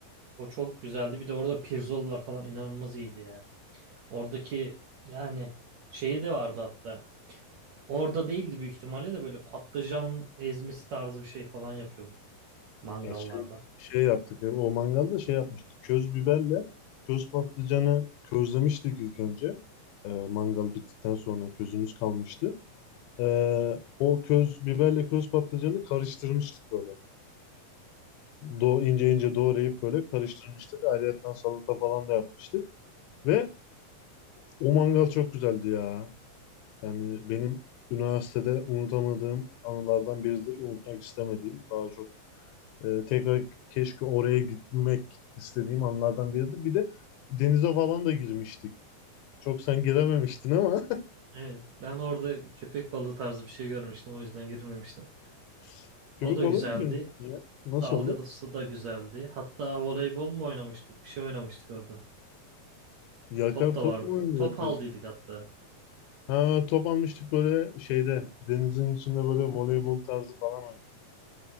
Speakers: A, on the right; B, on the left.
A: O çok güzeldi. Bir de orada pirzolalar falan inanılmaz iyiydi ya. Oradaki yani şeyi de vardı hatta. Orada değildi büyük ihtimalle de böyle patlıcan ezmesi tarzı bir şey falan yapıyordu mangallarda.
B: Ya şey, şey yaptık. ya, O mangalda şey yapmıştık. Köz biberle köz patlıcanı közlemiştik ilk önce. Ee, mangal bittikten sonra közümüz kalmıştı. Ee, o köz biberle köz patlıcanı karıştırmıştık böyle. do ince ince doğrayıp böyle karıştırmıştık. Ayrıyetten salata falan da yapmıştık. Ve o mangal çok güzeldi ya. Yani benim üniversitede unutamadığım anılardan biridir. Unutmak istemediğim, daha çok e, tekrar keşke oraya gitmek istediğim anlardan biridir. Bir de denize falan da girmiştik. Çok sen girememiştin ama
A: Evet, ben orada köpek balığı tarzı bir şey görmüştüm. O yüzden girmemiştim.
B: <laughs> köpek
A: O da
B: balığı
A: güzeldi.
B: mı girmiştin ya? Nasıldı?
A: Dalgalısı da güzeldi. Hatta voleybol mu oynamıştık? Bir şey oynamıştık orada.
B: Yakar
A: Top da
B: top
A: vardı.
B: mu oynuyorduk
A: Top
B: biz?
A: aldıydık hatta.
B: Ha, top almıştık böyle şeyde denizin içinde böyle voleybol tarzı falan oynuyor.